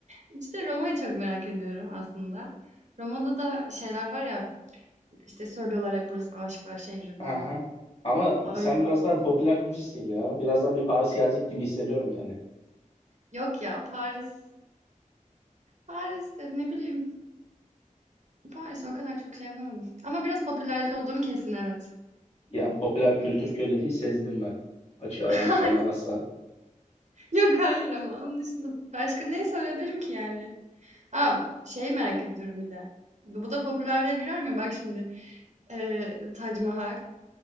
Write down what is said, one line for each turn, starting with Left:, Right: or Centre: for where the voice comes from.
Right: üçte Roma'yı çok merak ediyorum aslında. Roma'da da şeyler var ya işte söylüyorlar hep burası aşıklar şehri falan.
Left: Haha. Ama
Right: Ay,
Left: sen biraz daha popülercisin ya. Birazdan bir Paris gelecek gibi hissediyorum yani.
Right: yok ya Paris. Paris'te ne bileyim. Paris o kadar çok şey yapamadım. Ama biraz popülerci olduğum kesin evet.
Left: Yani popüler kültür köleliği sezdim ben. Açığa
Right: <laughs>
Left: yanlış anlamazsan.
Right: Yok, hayır ama onun dışında başka ne söyleyebilirim ki yani? A, şeyi merak ediyorum bir de. Bu bu da popülerliğe girer mi? Bak şimdi, eee, Tac Mahal.